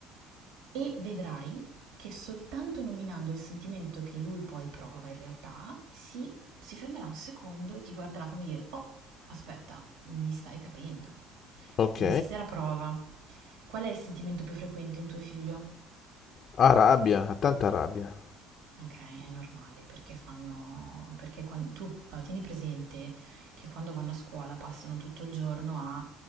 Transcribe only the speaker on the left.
ok.
Ha rabbia, ha tanta rabbia.